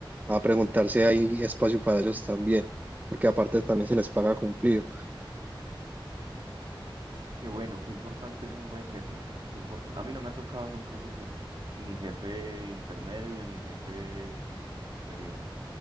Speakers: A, on the right; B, on the right.
A: a preguntar si hay espacio para ellos también, porque aparte también se les paga cumplido.
B: Qué bueno, qué importante ser un buen jefe. Qué importa- A mí no me ha tocado nunca ser jefe, ni jefe intermedio, ni jefe superior.